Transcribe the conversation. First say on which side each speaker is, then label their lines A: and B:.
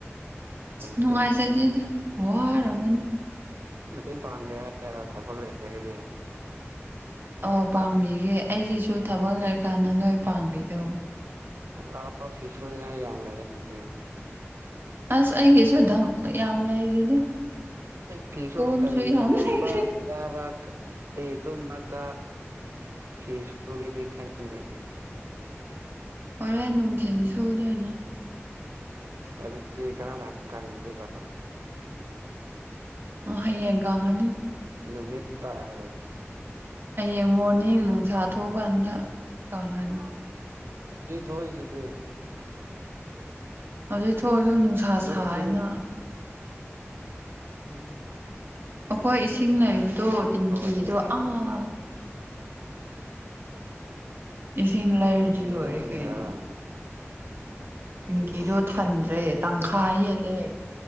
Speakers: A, on the right; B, on the right.
A: ꯑ
B: ꯅꯨꯡꯉꯥꯏꯖꯗꯦꯗ ꯋꯥꯔꯕꯅꯤ
A: ꯃꯇꯦꯡ ꯄꯥꯡꯒꯦ ꯍꯥꯏꯔꯣ ꯊꯕꯛ ꯂꯩꯔꯒꯗꯤ
B: ꯑ ꯄꯥꯡꯕꯤꯒꯦ ꯑꯩꯒꯤꯁꯨ ꯊꯕꯛ ꯂꯩꯔꯀꯥꯟꯗ ꯅꯣꯏ ꯄꯥꯡꯕꯤꯗꯧ
A: ꯂꯥꯎꯑꯣ ꯐꯤꯁꯁꯨꯗꯤꯉꯥꯏ ꯌꯥꯝ ꯂꯩꯗ
B: ꯑꯁ ꯑꯩꯒꯤꯁꯨ ꯌꯥꯝ ꯂꯩꯔꯤꯗ
A: ꯐꯤꯤꯁ
B: ꯀꯣꯟꯁꯨ
A: ꯀꯔꯤ
B: ꯌꯥꯝ
A: ꯇ
B: ꯂꯩꯔꯤ
A: ꯆ ꯗꯤ ꯇꯨꯝꯃ ꯆ ꯐꯤ ꯁꯨꯔꯦꯗꯦ ꯈꯥꯏꯗꯅꯦ
B: ꯍꯣꯔꯦꯟ ꯅꯨꯡꯊꯤꯤꯟ ꯁꯨꯗꯣꯏ ꯑꯣꯏꯅ
A: ꯑꯗꯨꯗꯤ ꯀꯔꯝ ꯀꯥꯟꯈꯤꯗꯦꯕ
B: ꯑ ꯍꯌꯦꯡꯒꯉꯅꯦ
A: ꯏ ꯃꯠꯇ ꯍꯥꯏ
B: ꯍꯌꯦꯡ ꯃꯣꯔꯅꯤꯡ ꯅꯨꯡꯁꯥ ꯊꯣꯛꯀꯥꯟꯗ ꯀꯪ꯭ꯔꯅꯤ
A: ꯁꯤ ꯊꯣꯛꯣꯏꯁꯤꯗꯤ
B: ꯍꯧꯖꯤꯛ ꯊꯣꯛꯑꯁꯨ ꯅꯨꯡꯁꯥ ꯁꯥ
A: ꯏꯁꯤꯡ
B: ꯍꯥꯏꯅ
A: ꯎ
B: ꯑꯩꯈꯣꯏ ꯏꯁꯤꯡ ꯅꯩꯕꯗꯣ ꯇꯦꯡꯀꯤꯗꯣ
A: ꯏꯁꯤꯡ ꯂꯩꯇ꯭ꯔꯦꯅꯦ
B: ꯑꯥ ꯏꯁꯤꯡ ꯂꯩꯥꯏꯔꯗꯤ
A: ꯇꯤꯒꯤ
B: ꯂꯣꯏꯔꯦ
A: ꯑꯗꯨꯝ ꯊꯤꯟꯕ꯭ꯔꯕ
B: ꯀꯩꯅꯣ ꯦꯡꯀꯤꯗꯣ
A: ꯁꯤꯁ
B: ꯊꯟꯗ꯭ꯔꯦ ꯇꯪꯈꯥ
A: ꯑꯦ
B: ꯍꯦꯜꯂꯦ